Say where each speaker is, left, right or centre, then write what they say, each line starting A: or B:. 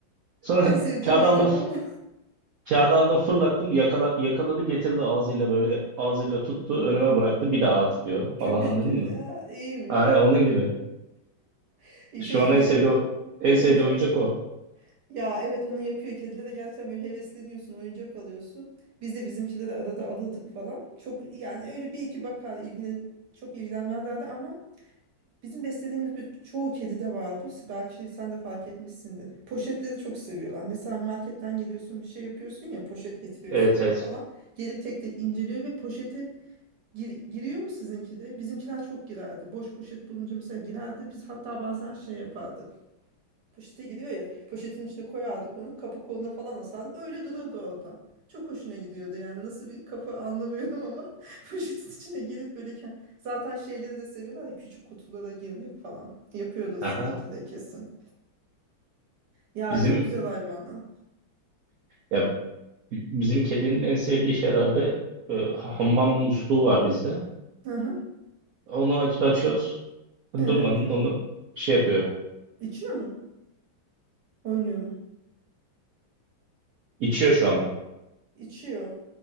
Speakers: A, on the right (about 80°); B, on the right (about 65°).
A: Sonra
B: En sevdiği
A: <laughs> kağıdı
B: oyuncak
A: aldım
B: o mu?
A: Çağdal'da fırlattım yakala, yakaladı getirdi ağzıyla böyle ağzıyla tuttu önüme bıraktı bir daha at
B: <laughs>
A: diyor
B: Köpek
A: falan anladın
B: gibi.
A: mı?
B: Ya, iyiymiş.
A: Aynen onun gibi.
B: <laughs>
A: Şu
B: Şey
A: an en sevdiği, en
B: oyuncak.
A: sevdiği oyuncak o.
B: Ya evet onu yapıyor. Kedilere gerçekten böyle hevesleniyorsun. Oyuncak alıyorsun. Biz de bizimkinde de arada alırdık falan. Çok yani öyle bir iki bakar ilgilen çok ilgilenmezlerdi ama bizim beslediğimiz bir çoğu kedide var bu. Belki sen de fark etmişsindir. Poşetleri çok seviyorlar. Mesela marketten geliyorsun bir şey yapıyorsun ya poşet getiriyorsun
A: Evet
B: eve
A: evet.
B: falan. Gelip tek tek inceliyor ve poşeti Gir- giriyor mu sizinki de? Bizimkiler çok girerdi. Boş poşet bulunca mesela girerdi. Biz hatta bazen şey yapardık. Poşete giriyor ya. Poşetin içine koyardık onu. Kapı koluna falan asardık. Öyle dururdu orada. Çok hoşuna gidiyordu yani. Nasıl bir kafa anlamıyorum ama <laughs> poşetin içine girip böyle ke- zaten şeyleri de seviyorlar ya küçük kutulara girmek falan. Yapıyordu sizinki
A: Aha.
B: de kesin. Ya
A: Bizim
B: çok güzel hayvanlar.
A: ya bizim kedinin en sevdiği şey herhalde e, hammam musluğu var bizde.
B: Hı hı.
A: Onu aç- açıyoruz. Durmadan
B: Evet.
A: onu şey yapıyor.
B: İçiyor mu? Oynuyor mu?
A: İçiyor şu anda.
B: İçiyor.